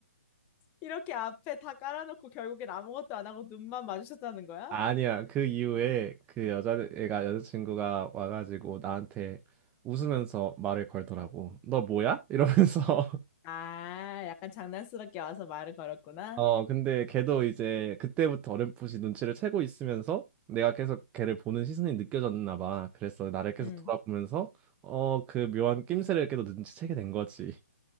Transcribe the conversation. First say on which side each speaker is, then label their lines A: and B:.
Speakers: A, on the left; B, on the right.
A: 이렇게 앞에 다 깔아놓고 결국엔 아무것도 안 하고 눈만 마주쳤다는 거야?
B: 아니야. 그 이후에 그 여자애가 여자친구가 와가지고 나한테 웃으면서 말을 걸더라고. 너 뭐야? 이러면서. <laughs>
A: 아, 약간 장난스럽게 와서 말을 걸었구나.
B: 어, 근데 걔도 이제 그때부터 어렴풋이 눈치를 채고 있으면서 내가 계속 걔를 보는 시선이 느껴졌나 봐. 그래서 나를 계속
A: 응,
B: 돌아보면서 어, 그 묘한 낌새를 계속 눈치채게 된 거지.